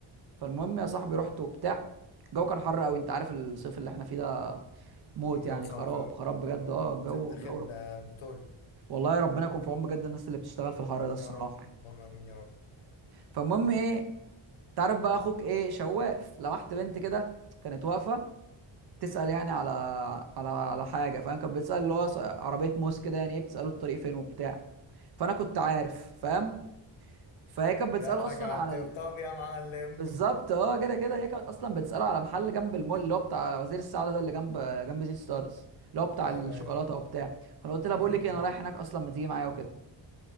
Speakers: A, on the right; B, on the left.
A: فالمهم يا صاحبي رحت وبتاع الجو كان حر قوي انت عارف الصيف اللي احنا فيه ده موت
B: الجو
A: يعني
B: صعب
A: خراب
B: فعلا
A: خراب بجد اه الجو
B: شوف داخل
A: الجو رب...
B: آه، بتقول
A: والله ربنا يكون في عون بجد الناس اللي بتشتغل في الحر ده الصراحه
B: يا رب
A: يعني
B: اللهم امين يا رب
A: فالمهم ايه انت عارف بقى اخوك ايه شواف لمحت بنت كده كانت واقفه تسال يعني على على على حاجه فاهم كانت بتسال اللي هو عربيه موس كده يعني ايه بتساله الطريق فين وبتاع فانا كنت عارف فاهم فهي كانت بتساله
B: جات لك
A: اصلا
B: على
A: على
B: الطبطاب
A: ال...
B: يا معلم
A: بالظبط اه كده كده هي كانت اصلا بتساله على محل جنب المول اللي هو بتاع وزير السعاده ده اللي جنب جنب سيتي ستارز اللي هو بتاع
B: <laughs> ايوه
A: الشوكولاته
B: ايوه ايوه
A: وبتاع فانا قلت لها بقول
B: م- م.
A: لك إيه، انا رايح هناك اصلا ما تيجي معايا وكده